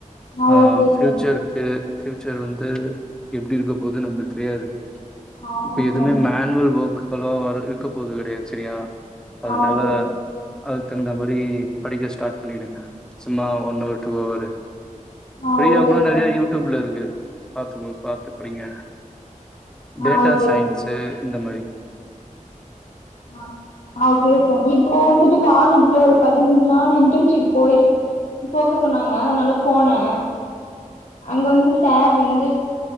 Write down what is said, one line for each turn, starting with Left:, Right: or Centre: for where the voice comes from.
Left: ஆ
Centre: அ
Left: ஓகே
Centre: ஃபியுச்சர்க்கு
Left: ஃப்ரெண்ட்
Centre: ஃபியூச்சர் வந்து எப்புடி இருக்க போது நம்மளுக்கு தெரியாது
Left: ஆமா
Centre: இப்ப எதுவுமே
Left: ஃப்ரெண்ட்
Centre: மேன்வல் ஓர்க் கலோ வா இருக்க போறது கெடையாது செரியா அதனால
Left: ஆ ஓகே ஃப்ரெண்ட்
Centre: அதுக்கு தகுந்த மாரி படிக்க ஸ்டார்ட் பண்ணிடுங்க சும்மா ஒன் வர் டூ ஆவரு
Left: ஆ
Centre: ஃப்ரீயா
Left: ஓகே
Centre: கூட
Left: ஃப்ரெண்ட்
Centre: நெறைய யூடியூப்ல இருக்கு <inaudible> பாத்துக்கோ பாத்துப்படிங்க
Left: ஆ
Centre: டேட்டா
Left: ஓகே
Centre: சயின்ஸ்
Left: ஃப்ரெண்ட்
Centre: இந்த மாரி
Left: ஆ ஆ ஓகே இப்போ வந்துட்டு காலேஜ்ல ஒரு பதினஞ்சு நாள் இன்டன்ஷிப் போயிரு போக சொன்னாங்க அதனால போனே அங்க வந்து சேர் வந்து